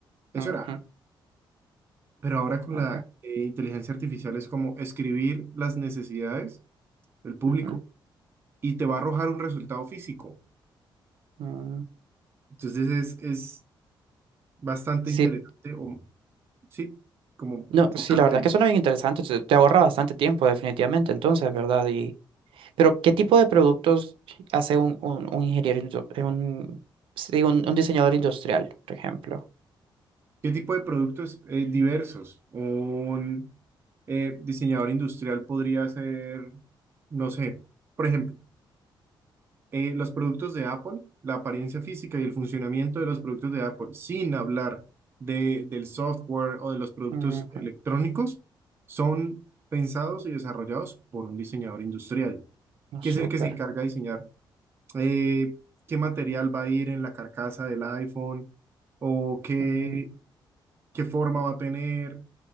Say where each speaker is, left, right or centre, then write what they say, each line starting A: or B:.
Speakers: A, on the right; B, on the right.
A: Eso
B: ujú,
A: era. Pero ahora con
B: ujú,
A: la
B: ok,
A: eh, inteligencia artificial es como escribir las necesidades del público
B: ujú,
A: y te va a arrojar un resultado físico.
B: mm.
A: Entonces es, es bastante
B: Sí,
A: interesante o sí, como
B: no,
A: chocante.
B: sí, la verdad es
A: ¿no?
B: que suena bien interesante, te te ahorra bastante tiempo definitivamente entonces, ¿verdad? Pero, ¿qué tipo de productos hace un, un, un ingeniero, indu- eh, un, sí, un, un diseñador industrial, por ejemplo?
A: ¿Qué tipo de productos eh, diversos? Un eh, diseñador industrial podría ser, no sé, por ejemplo, eh, los productos de Apple, la apariencia física y el funcionamiento de los productos de Apple, sin hablar de, del software o de los productos
B: Ujú,
A: electrónicos, son pensados y desarrollados por un diseñador industrial,
B: No,
A: que
B: súper.
A: es el que se encarga de diseñar eh, qué material va a ir en la carcasa del iPhone o qué,
B: Mm.
A: qué forma va a tener,